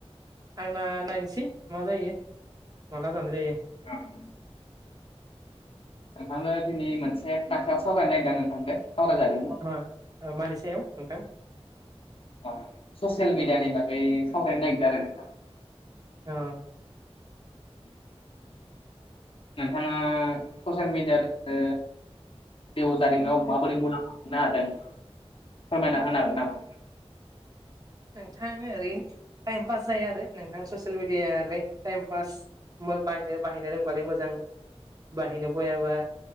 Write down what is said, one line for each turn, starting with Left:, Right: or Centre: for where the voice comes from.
Right: आंना नायनोसै मा जायो माला जानाय जायो
Left: ओम नोंथांनो दिनै मोनसे तासायाव सावरायनो नागिरदों नोंथांजों सावरायजागोन ना?
Right: ओ मानैसायाव नोंथां
Left: अ ससियेल मिडियानि बागै सावरायनो नागिरदों आरो नोंथां
Right: औ
Left: <inaudible> नोंथाङा ससियेल मिडियाजो जिउ जारिमिनाव माबोरै मुलाम नादों फोरमायना होनो हागोन नामा
Right: नोंथां ओरैनो टाइम पास जायो आरो नोंथां ससियेल मिडियालाय टाइम फास बायनो बाहायनो रोंबालाय मोजां बाहायनो बयाबा